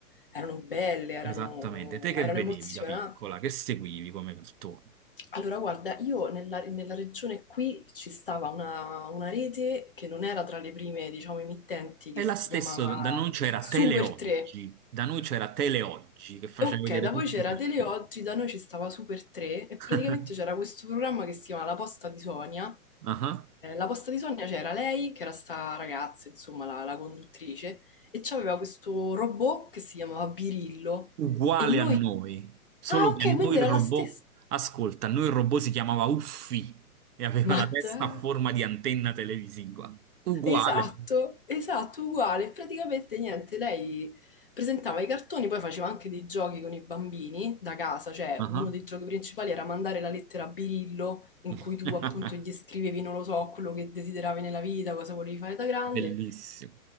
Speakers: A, on the left (about 40°); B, on the right (about 80°).
A: erano belle, erano,
B: Esattamente. Te che
A: erano
B: vedevi
A: emozionanti.
B: da piccola, che seguivi come cartone?
A: Allora, guarda, io nella, nella regione qui ci stava una, una rete che non era tra le prime, diciamo, emittenti,
B: E
A: che si
B: la stessa,
A: chiamava
B: da noi c'era
A: Super
B: Teleoggi,
A: 3.
B: da noi c'era Teleoggi che faceva
A: Ok,
B: vedere
A: da
B: tutti
A: voi c'era
B: i cartoni.
A: Teleoggi, da noi ci stava Super 3 e
B: <laughs>
A: praticamente c'era questo programma che si chiama La posta di Sonia.
B: Ah ah.
A: Eh, la posta di Sonia c'era lei, che era sta ragazza, insomma, la, la conduttrice, e c'aveva questo robot che si chiamava Birillo.
B: uguale
A: E noi...
B: a noi, solo
A: Ah, ok,
B: che a
A: quindi
B: noi
A: era
B: il robot,
A: la stessa.
B: ascolta, a noi il robot si chiamava Uffi e aveva
A: Ma
B: la testa
A: dai!
B: a forma di antenna televisiva. Uguale.
A: Esatto, esatto, uguale. Praticamente niente, lei presentava i cartoni, poi faceva anche dei giochi con i bambini da casa, cioè
B: Ah.
A: uno dei giochi principali era mandare la lettera a Birillo, in
B: <laughs>
A: cui tu appunto gli scrivevi, non lo so, quello che desideravi nella vita, cosa volevi fare da grande.
B: Bellissimo.